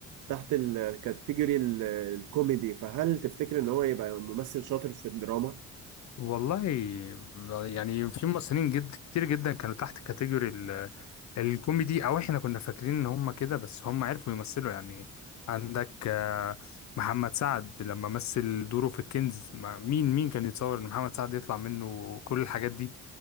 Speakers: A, on the right; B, on the left.
A: تحت الكاتيجوري ال- الكوميدي فهل تفتكر إن هو يبقى ممثل شاطر في الدراما؟
B: والله يعني في ممثلين جد كتير جدا كانوا تحت كاتيجوري ال- الكوميدي او احنا كنا فاكرين ان هم كده بس هم عرفوا يمثلوا يعني عندك آه، محمد سعد لما مثل دوره في الكنز ما- مين مين كان يتصور ان محمد سعد يطلع منه كل الحاجات دي